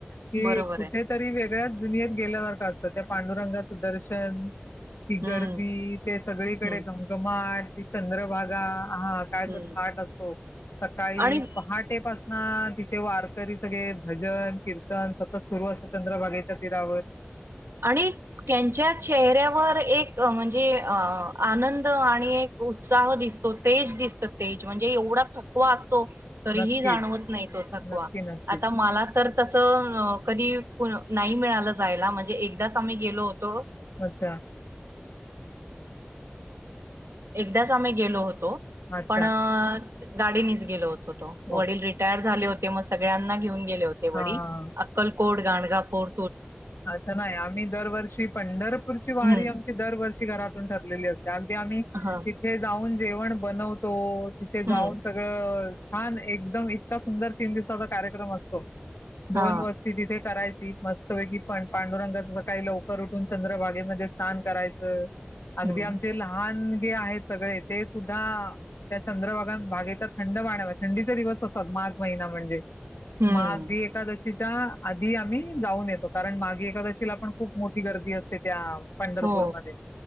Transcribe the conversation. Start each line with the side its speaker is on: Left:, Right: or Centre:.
Left: कि
Right: बरोबर
Left: कुठे
Right: आहे
Left: तरी वेग गळ्याच दुनियात गेल्या सारखं असतं, त्या पांडुरंगाचं दर्शन ती गर्दी
Right: हम्म
Left: ते सगळीकडे
Right: हम्म
Left: घमघमा घाट ती चंद्रभागा हा काय
Right: हम्म
Left: तो थाट असतो सकाळी
Right: आणि
Left: पहाटे पास हा तिथे वारकरी सगळे भजन, किर्तन सतत सुरू असतं चंद्रभागेच्या तिरावर
Right: आणि त्यांच्या चेहऱ्यावर एक अ म्हणजे अ आनंद आणि एक उत्साह दिसतो. तेज दिसत तेज म्हणजे एवढा थकवा अस -- तो तरीही
Left: नक्कीच,
Right: जाणवत नाही तो थकवा.
Left: नक्की, नक्कीच.
Right: आता मला तर तस, म कधी नाही मिळालं जायला म्हज णे एकदाच आम्ही गेलो होतो
Left: अच्छा
Right: एकदाच आम्ही गेलो होत-
Left: अच्छा.
Right: पण अ गाडी निच गेलो होतो.
Left: ओके.
Right: वडील रिटायर झाले होत- ते मग सगळ्यांना घेऊन- गेले होते
Left: हां.
Right: वडील, अक्कल कोड गाणगाफोर
Left: अच्छा नाही आम्ही दरवर्षी पंढरपूरची वारी
Right: हम्म
Left: आमची दरवर्षी घरातून ठरलेली असते अगदी आम्ही
Right: ह
Left: तिथे जाऊ जेवण बनवतो तिथे
Right: हम्म
Left: जाऊन सगळं छान एकदम इतका सुंदर तीन दिवसाचा कार्यक्रम असतो दोन
Right: हा
Left: वस्ती तिथे करायची मस् की पण पांडुरंगाच सकाळी लवकर उठून चंद्रभागेमध्ये स्नान करायचं अगदी
Right: हम्म
Left: आमचे लहान आहेत सगळे ते सुद्धा त्या चंद्रभागात भागेचा थंड पाण्याच्या थंडीचे दिवस असतात मार्ग महिना म्हणजे
Right: हम्म
Left: माघ ही एकादशी आधी आम्ही जाऊन येतो कारण मागे एकादशीला पण खूप मोठी गर्दी असते त्या पंढरपूरमध्ये
Right: हो